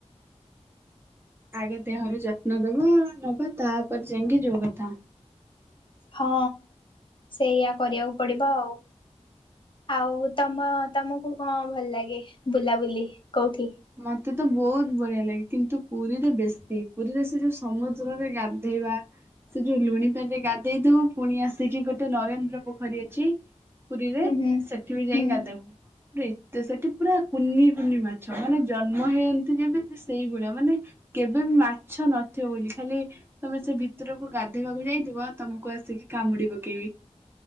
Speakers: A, on the right; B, on the left.
A: ଆଗେ ଦେହରୁ ଯତ୍ନ ଦବ ନବ ତାପରେ ଯାଇଁକି ଯୋଉ କଥା।
B: ହଁ ସେଇୟଆ କରିବାକୁ ପଡିବ ଆଉ। ଆଉ ତମ ତମକୁ କଣ ଭଲ ଲାଗେ ବୁଲାବୁଲି କୋଉଠି?
A: ମତେ ତ ବହୁତ ବଢିଆ ଲାଗେ କିନ୍ତୁ ପୁରୀରେ ବେଶୀ ପୁରୀରେ ସେ ଯୋଉ ସମୁଦ୍ରରେ ଗାଧେଇବା ସେ ଯୋଉ ଲୁଣି ପାଣିରେ ଗାଧେଇଥିବୁ ପୁଣି ଆସିକି ଗୋଟେ ଯଉ ନରେନ୍ଦ୍ର ପୋଖରୀ ଅଛି ପୁରୀରେ
B: ହୁଁ ହୁଁ
A: ସେଠି ବି ଯାଇ
B: ହୁଁ।
A: ଗାଧେଇବୁ ପୁରା ଏତେ ସେଠି ପୁରା କୁନି କୁନି ମାଛ। ମାନେ ଜନ୍ମ ହେଇ <unintelligible> ଯେମିତି ସେଇଭଳିଆ ମାନେ କେବେ ବି ମାଛ ନଥିବ ବୋଲି ଖାଲି ତମେ ସେ ଭିତରକୁ ଗାଧେଇବାକୁ ଯାଇଥିବ ତମକୁ ଆସିକି କାମୁଡି ପକେଇବେ।